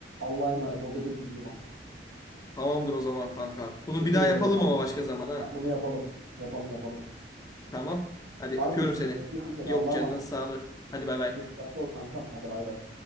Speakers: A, on the right; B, on the left.
A: Allah'a emanet ol Dede Blübluman.
B: Tamamdır o zaman kanka. Bunu
A: Teşekkür
B: bir daha
A: ediyorum
B: yapalım
A: kankam.
B: ama başka zaman ha.
A: Ha, Bunu yapalım. Yapalım yapalım.
B: Tamam. Hadi
A: Var
B: öpüyorum
A: mı bir isteğin?
B: seni.
A: Öpüyorum seni.
B: Yok
A: Allah'a
B: canının
A: emanet
B: sağlığı.
A: ol.
B: Hadi bay bay.
A: Dikkatli ol kankam. Hadi bay bay.